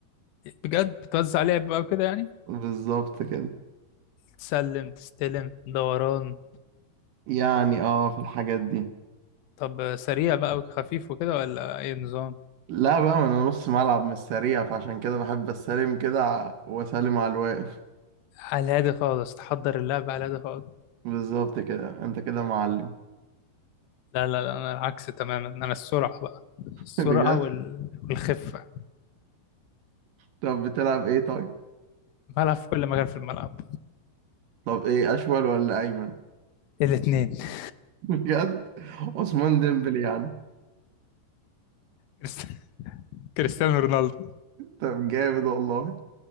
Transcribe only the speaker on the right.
بالظبط كده
يعني اه في الحاجات دي
لا بقى ما انا نص ملعب مش سريع فعشان كده بحب استلم كده ع- واسلم على الواقف
بالظبط كده انت كده معلم
<laughs> بجد
طب بتلعب ايه طيب
طب ايه اشول ولا ايمن
<laughs> بجد عثمان ديمبلي يعني
طب جامد والله